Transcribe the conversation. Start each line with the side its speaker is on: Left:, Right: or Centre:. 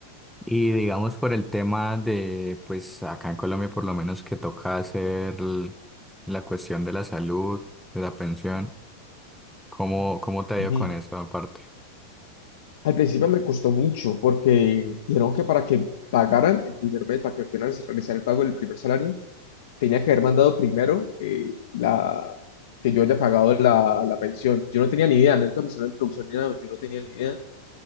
Centre: Y digamos por el tema de, pues acá en Colombia por lo menos que toca hacer l- la cuestión de la salud, de la pensión, ¿cómo, cómo te ha
Left: Ujú.
Centre: ido con eso aparte?
Left: Al principio me costó mucho porque dijeron que para que pagaran el primer mes, para que me pudieran realizar el pago del primer salario, tenía que haber mandado primero eh, la, que yo haya pagado la, la pensión. Yo no tenía ni idea, nunca me hicieron la introducción ni nada, yo no tenía ni idea.